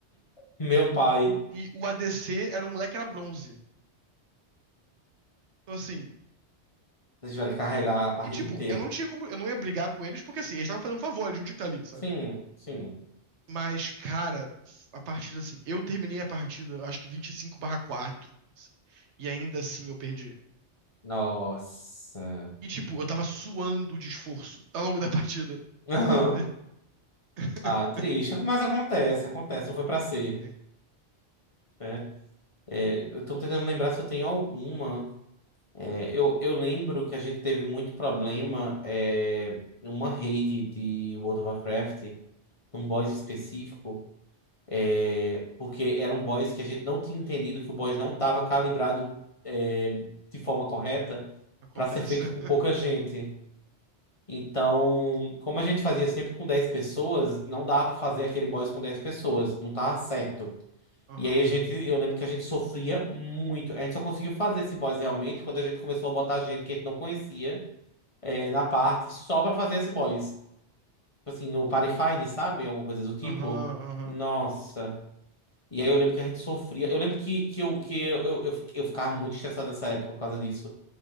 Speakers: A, on the left; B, on the right.
A: meu pai,
B: e o ADC era um moleque que era bronze. Então, assim,
A: vocês tiveram que carregar a partida
B: e tipo,
A: inteira.
B: eu não tinha como, eu não ia brigar com eles, porque assim, eles estavam fazendo um favor, eles não tinham que estar ali, sabe?
A: Sim, sim.
B: Mas, cara, a partida, assim, eu terminei a partida, acho que 25/4, assim, e ainda assim eu perdi.
A: Nossa.
B: E, tipo, eu tava suando de esforço ao longo da <laughs> partida,
A: <laughs>
B: sabe? <laughs>
A: Ah, triste, mas acontece, acontece, não foi pra ser.
B: Sim,
A: né? É, eu tô tentando lembrar se eu tenho alguma. É, eu, eu lembro que a gente teve muito problema é, em uma raid de World of Warcraft, num boss específico, é, porque era um boss que a gente não tinha entendido que o boss não estava calibrado é, de forma correta
B: acontece.
A: para ser feito com pouca gente. Então, como a gente fazia sempre com 10 pessoas, não dava para fazer aquele boss com 10 pessoas, não tava certo.
B: Aham,
A: E aí a gente, eu lembro que a gente sofria muito. A gente só conseguiu fazer esse boss realmente quando a gente começou a botar gente que a gente não conhecia é, na parte só pra fazer esse boss. Tipo assim, no Party Find, sabe? Alguma coisa do tipo.
B: aham, aham.
A: Nossa. E aí eu lembro que a gente sofria. Eu lembro que, que, eu, que eu, eu, eu fi- eu ficava muito estressado nessa época por causa disso.